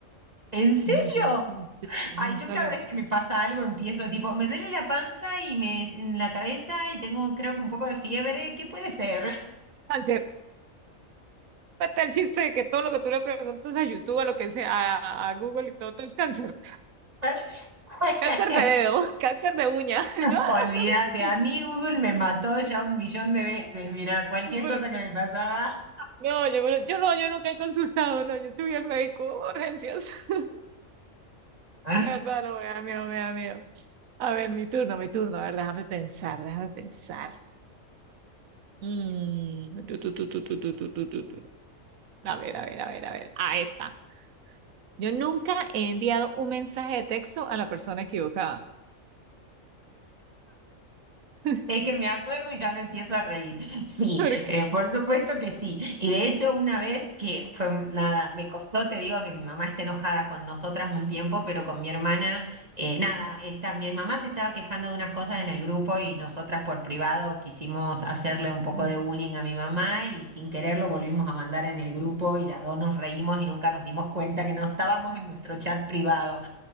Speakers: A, on the right (about 30°); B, on the right (about 85°).
A: ¿En serio?
B: No, yo, en serio,
A: Ay,
B: nunca
A: yo cada
B: lo he hecho.
A: vez que me pasa algo empiezo tipo, me duele la panza y me en la cabeza y tengo creo que un poco de fiebre, ¿qué puede ser?
B: Cáncer. Está el chiste de que todo lo que tú le preguntas a YouTube, a lo que sea, a, a Google y todo, todo es cáncer.
A: <laughs>
B: Cáncer de dedo, <laughs> cáncer de uña. <laughs>
A: <laughs>
B: No,
A: Olvídate,
B: no, sabes el
A: a mí Google me mató ya un millón de veces. Mira, cualquier
B: chiste.
A: cosa que me pasaba.
B: No, yo, pero- yo no, yo nunca he consultado, no, yo soy al médico, urgencias. <laughs>
A: ¿Ah?
B: La verdad, no, me da miedo, me da miedo. A ver, mi turno, mi turno, a ver, déjame pensar, déjame pensar. Mm, tu, tu, tu, tu, tu, tu, tu, tu, tu, tu. A ver, a ver, a ver, a ver. Ah, está. Yo nunca he enviado un mensaje de texto a la persona equivocada. <laughs>
A: Es que me acuerdo y ya me empiezo a reír. Sí,
B: ¿Por qué?
A: eh, por supuesto que sí. Y de hecho, una vez que fue, nada, me costó, te digo que mi mamá está enojada con nosotras un tiempo, pero con mi hermana, eh, nada, esta, mi mamá se estaba quejando de unas cosas en el grupo y nosotras por privado quisimos hacerle un poco
B: Mm.
A: de bullying a mi mamá y sin querer lo volvimos a mandar en el grupo y las dos nos reímos y nunca nos dimos cuenta que no estábamos en nuestro chat privado.